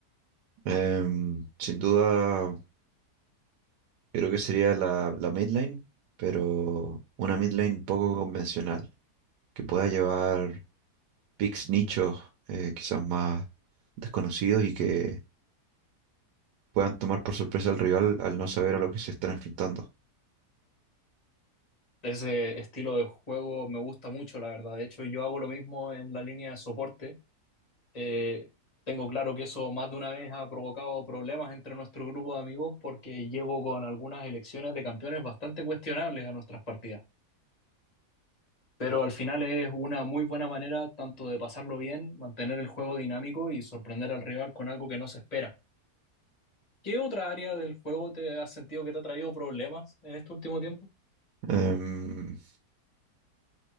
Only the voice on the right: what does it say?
Em, sin duda, yo creo que sería la, la mid lane, pero una mid lane poco convencional, que pueda llevar picks nichos eh, quizás más desconocidos y que puedan tomar por sorpresa al rival al no saber a lo que se están enfrentando.
Em,